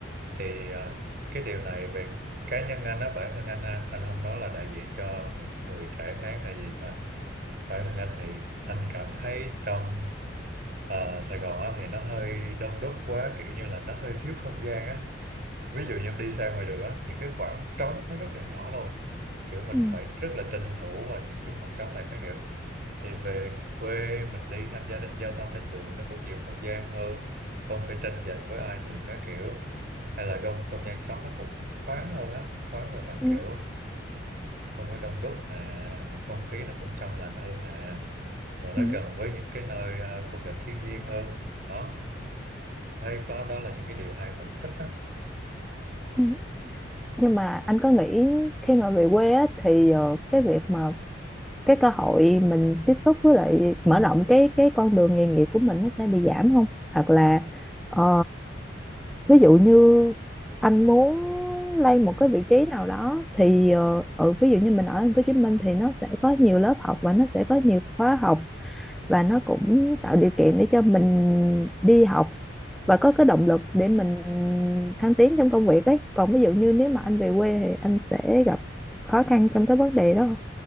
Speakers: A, on the right; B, in the centre.
A: thì à, cái điều này về cá nhân anh á bản thân anh á, anh không nói là đại diện cho những người trẻ khác hay gì mà bản thân anh thì anh cảm thấy trong à, Sài Gòn á thì nó hơi đông đúc quá kiểu như là nó hơi thiếu không gian á ví dụ như đi ra ngoài đường á những cái khoảng trống nó rất là nhỏ luôn kiểu mình
B: ừ,
A: phải rất là tranh thủ vào những cái khoảng trống này các kiểu thì về quê mình đi tham gia trên giao thông trên đường nó cũng nhiều không gian hơn không phải tranh giành với ai nhiều các kiểu hay là không không gian sống nó cũng thoáng hơn á thoáng về mặt
B: ừ,
A: kiểu không có đông đúc nè rồi không khí nó cũng trong lành hơn nè rồi nó
B: ừ,
A: gần với những cái nơi à, khung cảnh thiên nhiên hơn đó thấy có đó là những cái điều hay mình thích đó
B: ừ. nhưng mà anh có nghĩ khi mà về quê á, thì ờ, cái việc mà cái cơ hội mình tiếp xúc với lại mở rộng cái cái con đường nghề nghiệp của mình nó sẽ bị giảm không hoặc là ờ, ví dụ như anh muốn lên một cái vị trí nào đó thì ờ, ừ, ví dụ như mình ở thành phố Hồ Chí Minh thì nó sẽ có nhiều lớp học và nó sẽ có nhiều khóa học và nó cũng tạo điều kiện để cho mình đi học và có cái động lực để mình thăng tiến trong công việc ấy còn ví dụ như nếu mà anh về quê thì anh sẽ gặp khó khăn trong cái vấn đề đó không